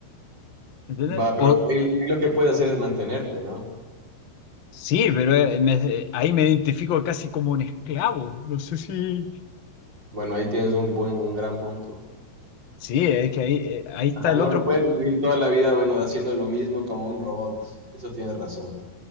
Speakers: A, on the left; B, on the right.
A: ¿Entiendes?
B: Va, pero
A: O,
B: ahí, ahí lo que puedes hacer es mantenerte, ¿no?
A: sí, pero eh, me- eh, ahí me identifico casi como un esclavo. No sé si...
B: Bueno, ahí tienes un buen, un gran punto.
A: Sí, es que ahí, eh, ahí está
B: Ajá,
A: el
B: no
A: otro
B: lo puedes
A: punto
B: vivir toda la vida, bueno, haciendo lo mismo como un robot. Eso tienes razón.